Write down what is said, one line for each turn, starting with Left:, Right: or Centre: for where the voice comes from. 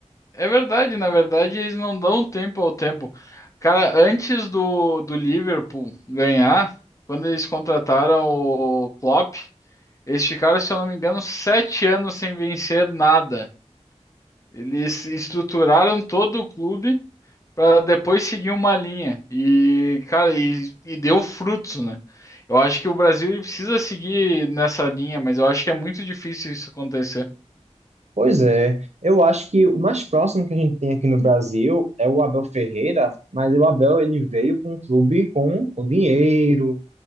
Left: É verdade, na verdade eles não dão tempo ao tempo. Cara, antes do, do Liverpool ganhar, quando eles contrataram o Klopp, Eles ficaram, se eu não me engano, sete anos sem vencer nada. Eles estruturaram todo o clube para depois seguir uma linha. E, cara, e, e deu frutos, né? Eu acho que o Brasil ele precisa seguir nessa linha, mas eu acho que é muito difícil isso acontecer.
Right: Pois é, eu acho que o mais próximo que a gente tem aqui no Brasil é o Abel Ferreira, mas o Abel ele veio para um clube com, com dinheiro,